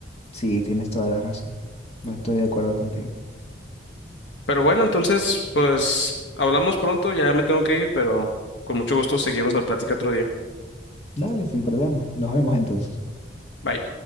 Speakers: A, on the left; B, on the left.
A: Sí, tienes toda la razón. No Estoy de acuerdo contigo.
B: Pero bueno, entonces, pues hablamos pronto, ya me tengo que ir, pero con mucho gusto seguimos la plática otro día.
A: Dale, sin problema. Nos vemos entonces.
B: Bye.